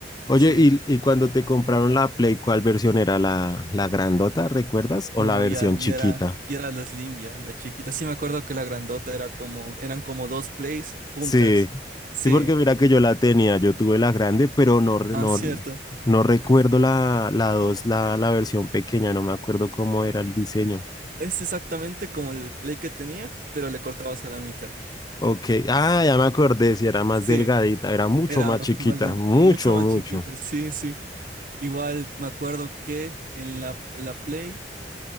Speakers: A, on the left; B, on the right.
A: Oye,
B: Sí.
A: y, y cuando te compraron la Play, ¿cuál versión era la, la grandota, recuerdas? ¿O
B: No,
A: la versión
B: ya, y
A: chiquita?
B: era, y era la Slim, ya, la chiquita. Sí me acuerdo que la grandota era como, eran como dos Plays juntas.
A: Sí,
B: Sí,
A: sí, porque mira que yo la tenía, yo tuve la grande, pero no, re-
B: ah,
A: no,
B: cierto.
A: no recuerdo la, la dos, la, la versión pequeña, no me acuerdo cómo era el diseño.
B: Es exactamente como el Play que tenías, pero le cortabas a la mitad.
A: Ok, ah, ya me acordé, si era más
B: Sí,
A: delgadita, era mucho
B: Era
A: más chiquita,
B: más de-
A: mucho,
B: mucho más
A: mucho.
B: chiquita, sí, sí. Igual me acuerdo que en la, la Play,